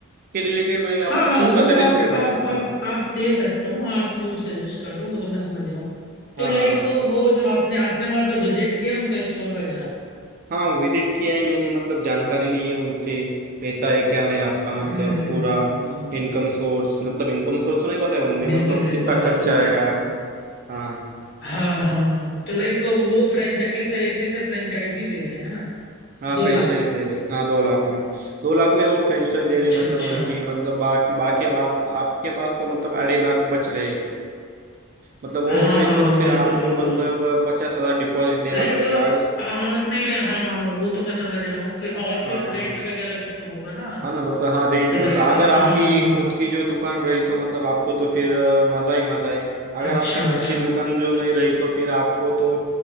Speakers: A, on the right; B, on the left.
A: के रिलेटेड मैं
B: हाँ
A: आपको
B: हाँ
A: फूड
B: वो
A: का सजेस्ट
B: आप
A: कर रहा
B: आप
A: है
B: आप
A: हाँ
B: आप दे सकता हूँ आप फूड सजेस्ट कर रहे हो वो तो मैं समझ रहा हूँ
A: हाँ
B: तो लाइक
A: हाँ हाँ
B: वो जो आपने आपने वहां पे विजिट किया उनका स्टोर वगैरह
A: हाँ विजिट किया है मैंने मतलब जानकारी ली है उनसे कैसा है क्या नहीं आपका मतलब
B: हम्म हम्म
A: पूरा
B: हम्म, हम्म, हम्म,
A: इनकम
B: हम्म।
A: सोर्स मतलब इनकम सोर्स तो नहीं बताया उनने
B: बिल्कुल
A: मतलब
B: बिल्कुल
A: कितना
B: बिल्कुल
A: खर्चा आएगा
B: बिल्कुल हाँ
A: हाँ
B: हाँ हाँ हाँ हाँ। तो लाइक वो फ्रेंचाइज एक तरीके से फ्रेंचाइजी दे रहे हैं ना
A: हाँ
B: दो
A: फ्रेंचाइज
B: लाख में
A: दे रहे हाँ दो लाख में दो लाख में वो फ्रेंचाइज दे
B: अच्छा
A: रहे मतलब
B: अच्छा
A: उनकी मतलब बा, बाकी बात आपके पास तो मतलब अढ़ाई लाख बच रहे मतलब वो
B: हाँ
A: पैसों
B: हाँ हाँ
A: से
B: बिल्कुल
A: आपको
B: बिल्कुल
A: मतलब पचास हजार डिपॉजिट देना
B: लाइक
A: पड़ेगा
B: हाँ नहीं नहीं, हाँ हाँ वो तो मैं समझ रहा हूँ कि और
A: हाँ
B: फिर
A: हाँ
B: रेंट
A: हाँ
B: वगैरह भी तो होगा ना
A: हाँ ना मतलब हाँ रेंट
B: तो
A: मतलब
B: लाइक
A: अगर आपकी
B: हाँ हाँ
A: खुद की जो दुकान रही तो मतलब आपको तो फिर अ, मजा ही मजा है अगर
B: अच्छा
A: आपकी खुद
B: अच्छा
A: की दुकान जो नहीं रही तो फिर आपको तो